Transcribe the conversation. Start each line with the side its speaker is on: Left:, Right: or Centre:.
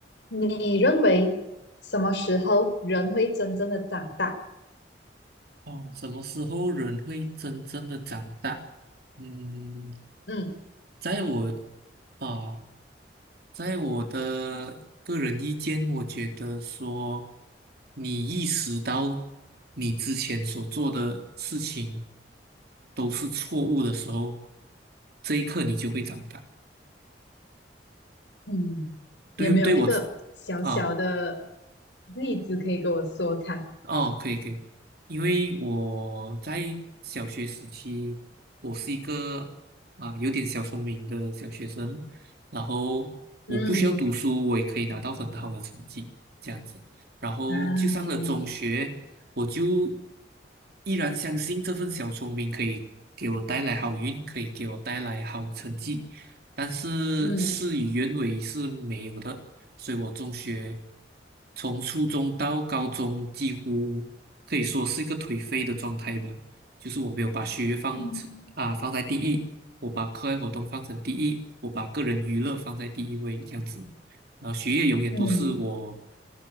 Left: 你认为什么时候人会真正的长大？
Right: 哦，什么时候人会真正的长大？嗯，
Left: 嗯
Right: 在我啊、在我的个人意见，我觉得说，你意识到你之前所做的事情都是错误的时候，这一刻你就会长大。
Left: 嗯，
Right: 对，
Left: 你有没有一个小小的
Right: 对我自啊、
Left: 例子可以跟我说看？
Right: 哦，可以可以，因为我在小学时期，我是一个啊有点小聪明的小学生，然后我不需要读书，
Left: 嗯
Right: 我也可以拿到很好的成绩，这样子。然后就上了中学，
Left: 啊，
Right: 我就依然相信这份小聪明可以给我带来好运，可以给我带来好成绩，但是事与愿违是没有的。
Left: 嗯
Right: 所以我中学从初中到高中几乎可以说是一个颓废的状态吧，就是我没有把学业放成啊放在第一，
Left: 嗯
Right: 我把课外活动放成第一，我把个人娱乐放在第一位这样子，然后学业永远都是我
Left: 嗯